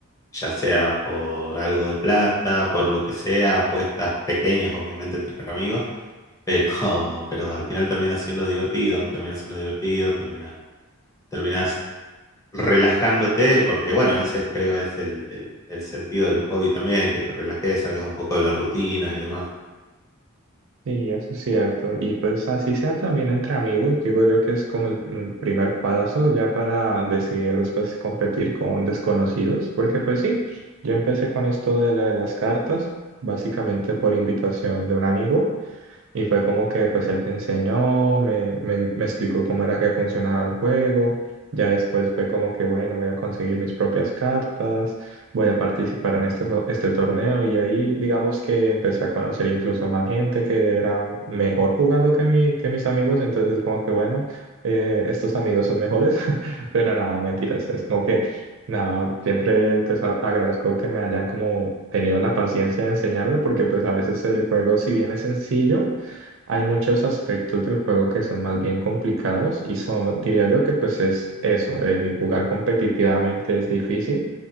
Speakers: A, on the left (about 15°); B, on the right (about 60°).
A: ya sea por algo de plata, por lo que sea, apuestas pequeñas, obviamente, entre amigos, pero, <laughs> pero al final termina siendo divertido, termina siendo divertido, termina, terminas relajándote, porque bueno, ese es, creo es el, el- el sentido del hobby también, que te relajes, salgas un poco de la rutina y demás.
B: Sí, eso es cierto. Y pues así sea también entre amigos, digo yo que es como el mm, primer paso ya para decidir después competir con desconocidos, porque pues sí, yo empecé con esto de la de las cartas, básicamente por invitación de un amigo. Y fue como que pues él me enseñó, me, me, me explicó cómo era que funcionaba el juego. Ya después fue como que, bueno, voy a conseguir mis propias cartas, voy a participar en este, to- este torneo. Y ahí digamos que empecé a conocer incluso más gente que era mejor jugando que, mi, que mis amigos. Entonces como que, bueno, eh, estos amigos son mejores. <laughs> Pero no, mentiras, es como que... No, siempre pues a- agradezco que me hayan como tenido la paciencia de enseñarme porque pues a veces el juego si bien es sencillo, hay muchos aspectos del juego que son más bien complicados y son, diría yo que pues es eso, el jugar competitivamente es difícil